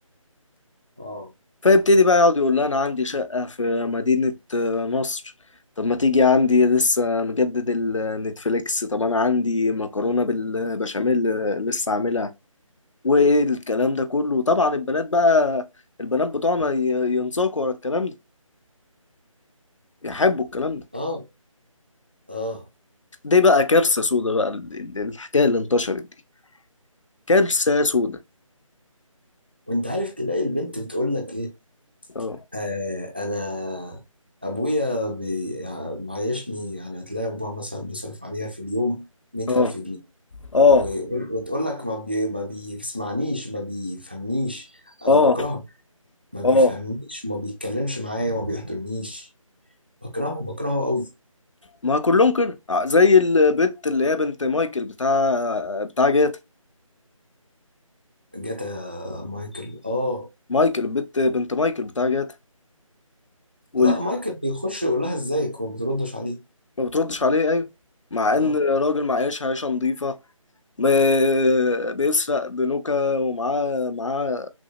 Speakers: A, on the right (about 20°); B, on the left (about 60°).
A: اه
B: فيبتدي بقى يقعد يقول لها أنا عندي شقة في مدينة آه، مصر طب ما تيجي عندي لسه مجدد النتفليكس طب أنا عندي مكرونة بالبشاميل آه، لسه عاملها والكلام ده كله طبعا البنات بقى البنات بتوعنا ي- ينساقوا ورا الكلام ده يحبوا الكلام ده
A: اه اه
B: دي بقى كارثة سودا بقى ال- ال- الحكاية اللي انتشرت دي كبسة سودا
A: وانت عارف تلاقي البنت بتقول لك ايه
B: اه
A: آه انا ابويا بي- يعني معيشني يعني هتلاقي ابوها مثلا بيصرف عليها في اليوم 100000
B: اه
A: جنيه
B: اه
A: ويقول- وتقول لك ما بي ما بيسمعنيش ما بيفهمنيش انا
B: اه
A: بكرهه ما بيفهمنيش
B: اه
A: وما بيتكلمش معايا وما بيحضرنيش بكرهه بكرهه قوي
B: ما كلهم كده ع- زي البت اللي هي بنت مايكل بتاع بتاع جاتا
A: جاتا مايكل اه
B: مايكل بنت بنت مايكل بتاع جاتا واللي
A: لا مايكل بيخش يقول لها ازيك وما بتردش عليه
B: ما بتردش عليه ايوه مع
A: اه
B: ان راجل معيش عيشة نظيفة ما- بيسرق بنوكة ومعاه معاه